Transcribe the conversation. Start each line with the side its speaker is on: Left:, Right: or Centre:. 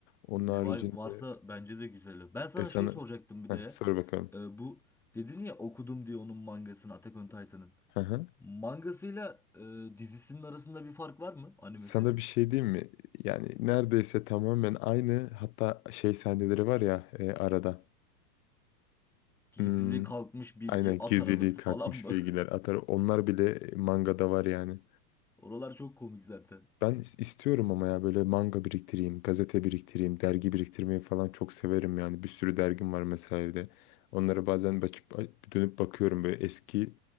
Left: Onun
Centre: Levi
Left: haricinde
Centre: varsa bence de güzel. Ben sana
Left: e sana
Centre: şey soracaktım bir
Left: Heh,
Centre: de ya.
Left: sor bakalım.
Centre: Ee, bu dedin ya okudum diye onun mangasını Attack on Titan'ın.
Left: Hı hı.
Centre: Mangasıyla e, dizisinin arasında bir fark var mı animesinin?
Left: Sana bir şey diyeyim mi? Yani neredeyse tamamen aynı hatta şey sahneleri var ya e, arada.
Centre: Gizli
Left: Hmm,
Centre: kalkmış bilgi,
Left: aynen
Centre: at
Left: gizliliği
Centre: arabası
Left: kalkmış
Centre: falan mı?
Left: bilgiler atar. Onlar bile mangada var yani.
Centre: <laughs> Oralar çok komik zaten.
Left: Ben is- istiyorum ama ya böyle manga biriktireyim, gazete biriktireyim, dergi biriktirmeyi falan çok severim yani. Bir sürü dergim var mesela evde. Onlara bazen açıp a- dönüp bakıyorum böyle eski